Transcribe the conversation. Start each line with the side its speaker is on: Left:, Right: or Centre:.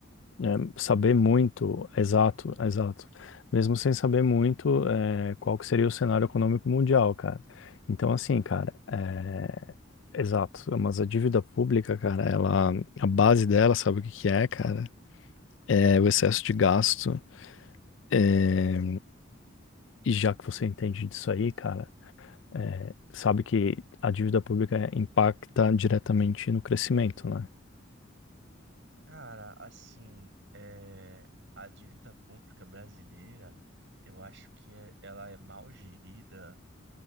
Left: é, saber muito, exato, exato. Mesmo sem saber muito, é, qual que seria o cenário econômico mundial, cara. Então, assim, cara, é, exato. Mas a dívida pública, cara, ela, a base dela, sabe o que que é, cara? É o excesso de gasto. É, e já que você entende disso aí, cara, é, sabe que a dívida pública impacta diretamente no crescimento, né?
Right: Cara, assim, é, a dívida pública brasileira, eu acho que é- ela é mal gerida